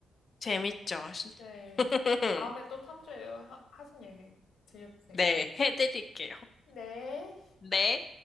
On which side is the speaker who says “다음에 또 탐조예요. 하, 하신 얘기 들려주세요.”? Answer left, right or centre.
Left